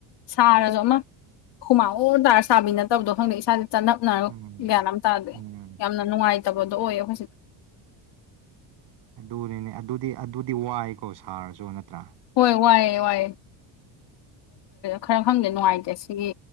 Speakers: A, on the left (about 55°); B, on the right (about 55°).
A: ꯁꯥꯔꯁꯨ ꯑꯃ ꯈꯨꯃꯥꯡ ꯑꯣꯏꯔ ꯇꯥꯔ ꯁꯥꯕꯤ ꯅꯠꯇꯕꯗꯣ ꯈꯪꯗꯦ ꯏꯁꯥꯥꯁ ꯆꯠꯅ ꯅꯣ
B: ꯎꯝ
A: ꯒ꯭ꯌꯥꯟ ꯑꯃ ꯇꯥꯗꯦ
B: ꯎꯝ
A: ꯌꯥꯝꯅ ꯅꯨꯡꯉꯥꯏꯇꯕꯗꯣ ꯑꯣꯏꯌꯦ ꯑꯩꯈꯣꯏ ꯁꯤꯗ
B: ꯑꯗꯨꯅꯤꯅꯦ ꯑꯗꯨꯗꯤ ꯑꯗꯨꯗꯤ ꯋꯥꯏꯀꯣ ꯁꯥꯔꯁꯨ ꯅꯠꯇ꯭ꯔꯥ
A: ꯍꯣꯏ ꯋꯥꯏꯑꯦ ꯋꯥꯑꯦ ꯈꯔ ꯈꯪꯗꯦ ꯅꯨꯡꯉꯥꯏꯇꯦ ꯁꯤꯒꯤ